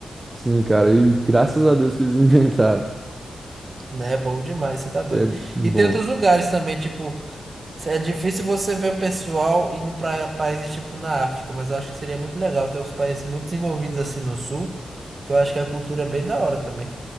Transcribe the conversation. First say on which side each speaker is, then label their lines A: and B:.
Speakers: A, on the right (about 25°); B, on the right (about 40°).
A: Sim, cara, e graças a Deus que eles <laughs> inventaram.
B: Né? É bom demais, você tá doido.
A: É bom.
B: E tem outros lugares também, tipo, cê- é difícil você ver o pessoal indo pra países, tipo, na África, mas eu acho que seria muito legal ter os países muito desenvolvidos assim no sul, que eu acho que a cultura é bem da hora também.